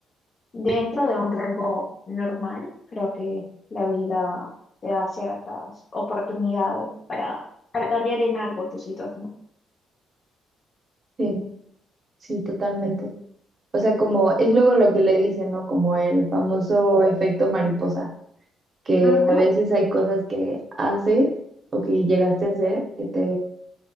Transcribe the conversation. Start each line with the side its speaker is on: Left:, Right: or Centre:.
Left: dentro de un rango normal, creo que la vida te da ciertas oportunidades para, para cambiar en algo tu situación.
Right: Sí, sí, totalmente. O sea, como es luego lo que le dicen, ¿no? Como el famoso efecto mariposa, que
Left: Ujú.
Right: a veces hay cosas que haces o que llegaste a hacer que te,